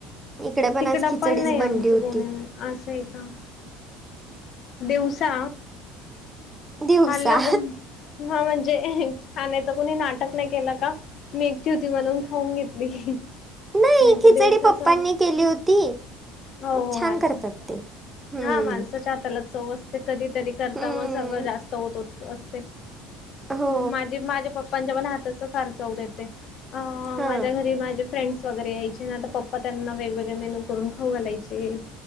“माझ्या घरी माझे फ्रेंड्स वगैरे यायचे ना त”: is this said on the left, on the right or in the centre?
Left